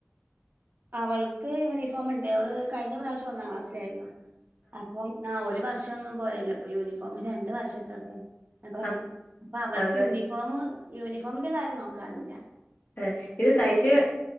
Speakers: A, on the right (about 50°); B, on the left (about 45°).
A: അവൾക്ക് യൂനിഫോമ്ണ്ട് അവള് കഴിഞ്ഞ പ്രാവശ്യം ഒന്നാം ക്ലാസ്സിലാരുന്നു അപ്പം ആഹ് ഒരു വർഷൊന്നും പോരല്ലോ ഇപ്പം യൂനിഫോമ് ര ണ്ട് വർഷം ഇട്ടോട്ടെ അപ്പം
B: ആഹ്
A: പറിയും അപ്പം അവൾക്ക്
B: അതെ
A: യൂനി ഫോമ് യൂനിഫോമിന്റെ കാര്യം നോക്കാന്ല്ലാ
B: ഏഹ് ഇത് തയ്ച്ച്